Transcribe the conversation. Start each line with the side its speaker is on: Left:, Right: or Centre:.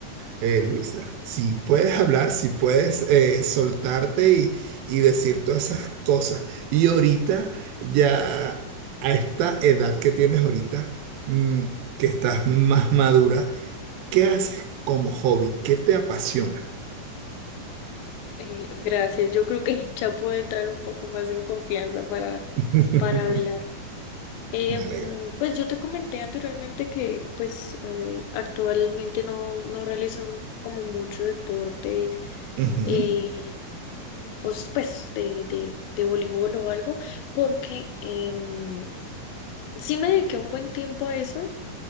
Right: eh, Luisa, si puedes hablar, si puedes eh, soltarte y, y decir todas esas cosas. Y ahorita, ya a esta edad que tienes ahorita, mm, que estás más madura, ¿qué haces como hobby? ¿Qué te apasiona?
Left: eh, gracias. Yo creo que ya puedo entrar un poco más en confianza para,
Right: <laughs>
Left: para hablar. Em,
Right: Me alegra.
Left: pues yo te comenté anteriormente que pues eh, actualmente no, no realizan como mucho deporte.
Right: Ujú,
Left: eh, o s- pues de, de, de voleibol o algo, porque em, sí me dediqué un buen tiempo a eso